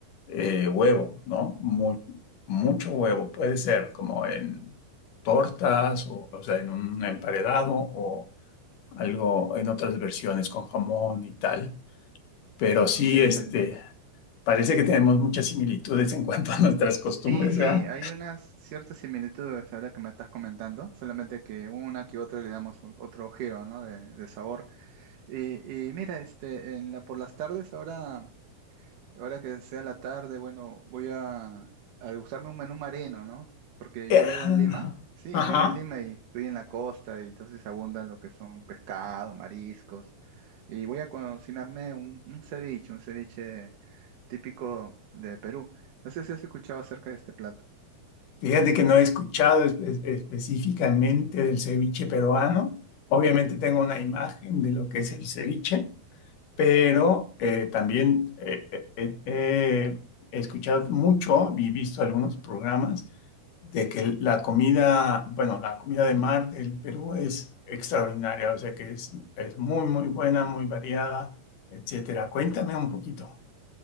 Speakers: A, on the left; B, on the right.
A: eh, huevo, ¿no? Mu- mucho huevo, puede ser como en tortas o, o sea, en un emparedado o algo en otras versiones con jamón y tal. Pero sí,
B: Qué Interesante.
A: Mm. este, Parece que tenemos muchas similitudes en cuanto a nuestras costumbres,
B: Sí, sí,
A: ¿verdad?
B: hay unas ciertas similitudes ahora que me estás comentando, solamente que una que otra le damos un- otro giro, ¿no? De, de sabor. Y, y mira, este, en la, por las tardes ahora Ahora que sea la tarde, bueno, voy a, a degustarme un menú marino, ¿no? Porque
A: Eh,
B: yo vivo en Lima, sí,
A: Ajá.
B: vivo en Lima y estoy en la costa y entonces abundan lo que son pescados, mariscos. Y voy a cocinarme un, un ceviche, un ceviche típico de Perú. No sé si has escuchado acerca de este plato.
A: Fíjate que no he escuchado espe- específicamente del ceviche peruano. Obviamente tengo una imagen de lo que es el ceviche, pero eh, también eh, eh, eh, eh, he escuchado mucho y visto algunos programas de que la comida, bueno, la comida de mar del Perú es extraordinaria, o sea que es, es muy, muy buena, muy variada, etcétera. Cuéntame un poquito.